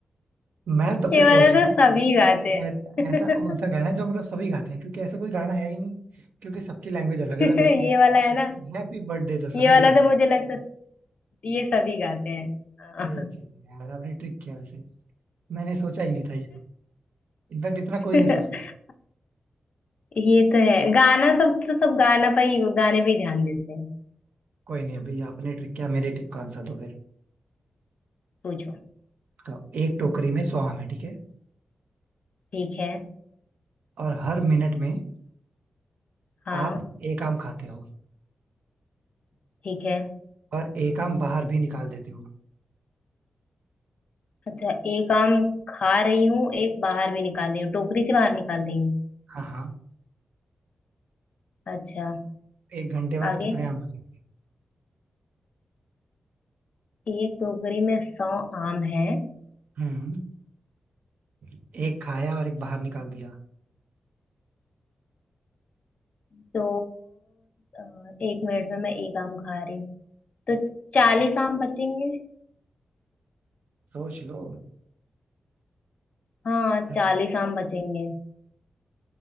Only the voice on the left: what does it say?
ये
वाला
तो
सभी गाते
हैं
<laughs> ये
वाला है ना
ये
वाला
तो मुझे
लगता है ये सभी गाते हैं हाँ।
<laughs>
ये तो है गाना सब तो सब गाना पे ही गाने पे ही ध्यान देते हैं
पूछो
ठीक है
हाँ
ठीक है
अच्छा एक आम खा रही हूँ एक बाहर भी निकाल रही हूँ टोकरी से बाहर निकाल रही हूँ
अच्छा
आगे
एक टोकरी में सौ आम हैं
तो अ, एक मिनट में मैं एक आम खा रही हूँ तो चालीस आम बचेंगे
हाँ
चालीस आम बचेंगे